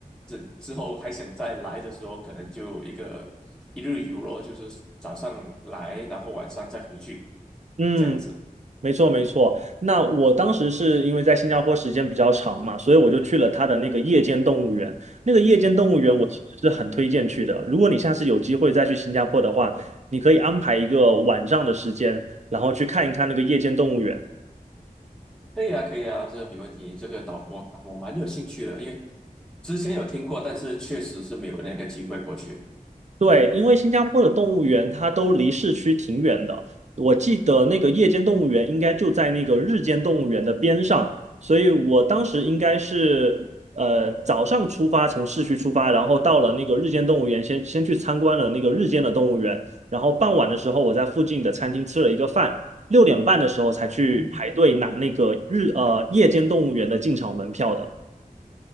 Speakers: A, in the centre; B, on the right (about 50°).
A: 之之后还想再来的时候，可能就一个一日游咯，就是早上来，然后晚上再回去，
B: 嗯，
A: 这样子。
B: 没错，没错。那我当时是因为在新加坡时间比较长嘛，所以我就去了它的那个夜间动物园。那个夜间动物园我其实是很推荐去的。
A: 嗯嗯，
B: 如果你下次有机会再去新加坡的话，你可以安排一个晚上的时间，然后去看一看那个夜间动物园。
A: 可以啊，可以啊，这个没问题。这个岛我我蛮有兴趣的，因为之前有听过，但是确实是没有那个机会过去
B: 对，因为新加坡的动物园它都离市区挺远的，我记得那个夜间动物园应该就在那个日间动物园的边上，所以我当时应该是呃早上出发，从市区出发，然后到了那个日间动物园先，先去参观了那个日间的动物园，然后傍晚的时候我在附近的餐厅吃了一个饭，六点半的时候才去排队拿那个日呃夜间动物园的进场门票的。
A: 嗯